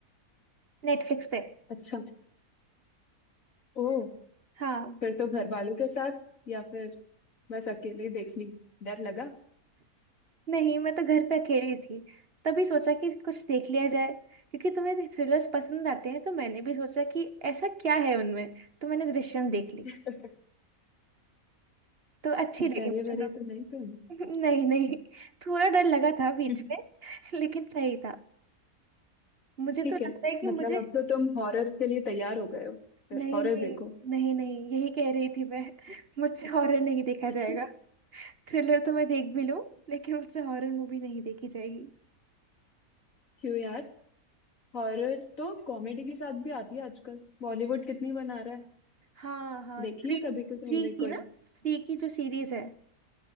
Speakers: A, on the right; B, on the left.
A: नेटफ्लिक्स पे
B: अच्छा ओ
A: हाँ
B: फिर तो घर वालों के साथ या फिर बस अकेले देख ली डर लगा
A: नहीं मैं तो घर पे अकेली थी तभी सोचा कि कुछ देख लिया जाए क्योंकि तुम्हें थ्रिलर्स पसंद आते हैं तो मैंने भी सोचा कि ऐसा क्या है उनमें तो मैंने दृश्यम देख ली
B: <laughs>
A: तो अच्छी लगी
B: डरे
A: मुझे
B: वरे तो नहीं तुम
A: तो <laughs> नहीं नहीं थोड़ा डर लगा था बीच
B: <laughs>
A: में लेकिन सही था मुझे
B: ठीक
A: तो लगता
B: है
A: है कि
B: मतलब
A: मुझे
B: अब तो तुम हॉरर के लिए तैयार हो गए हो फिर
A: नहीं
B: हॉरर
A: नहीं
B: देखो
A: नहीं नहीं यही कह रही थी मैं <laughs> मुझसे हॉरर नहीं देखा
B: <laughs>
A: जाएगा थ्रिलर तो मैं देख भी लूं लेकिन मुझसे हॉरर मूवी नहीं देखी जाएगी
B: क्यों यार हॉरर तो कॉमेडी के साथ भी आती है आजकल बॉलीवुड कितनी बना रहा है
A: हाँ हाँ
B: देखी
A: स्त्री
B: है कभी तो
A: स्त्री
B: तुमने कोई
A: की ना स्त्री की जो सीरीज है